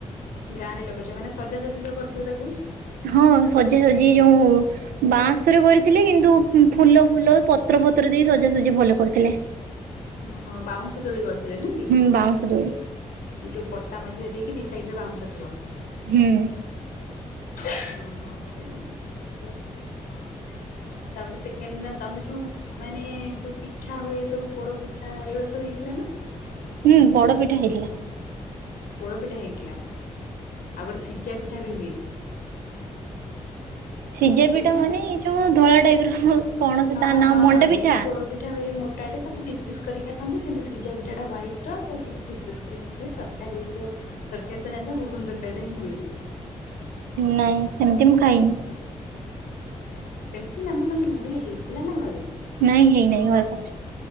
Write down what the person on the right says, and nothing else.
ହଁ ସଜା ସଜି ଯୋଉ ବାଁସରେ କରିଥିଲେ କିନ୍ତୁ ଫୁଲ ଫୁଲ ପତ୍ର ଫତ୍ର ଦେଇ ସଜାସଜି ଭଲ କରିଥିଲେ <inaudible>
ହୁଁ
ବାଉଁଶ ଦୋଳି
ହୁଁ
ହୁଁ ବଡ ପିଠା ହେଇଥିଲା
ସିଝା
ପିଠା ମାନେ
ଯୋଉ ଧଳା ଟାଇପ ର କଣ ସେ
ତା ନା
ମଣ୍ଡା
ପିଠା
ନାଇଁ ସେମିତି ମୁଁ ଖାଇନି
ନାଇଁ ହେଇ ନାଇଁ ଘର ପାଖରେ